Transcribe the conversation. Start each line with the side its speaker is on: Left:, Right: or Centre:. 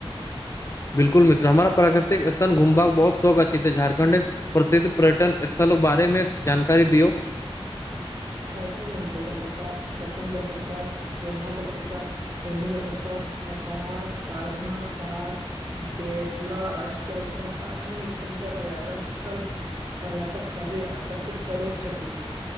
Left: <inaudible> बिल्कुल मित्र हमरा प्राकृतिक स्थल घुमबाक बहुत शौक अछि ते झारखंडे प्रसिद्ध पर्यटन स्थल अपनो बारे जानकारी दियौ
Right: झारखंड मे हुंटो जलप्रपात दसम जलप्रपात जोनहा जलप्रपात हिरणी जलप्रपात नथरहाट पारसनाथ पहाड़ बेटला राष्ट्रउद्यान आ अनेक सुन्दर पर्यटन स्थल पर्यटक सभे आकर्षित करैत छथि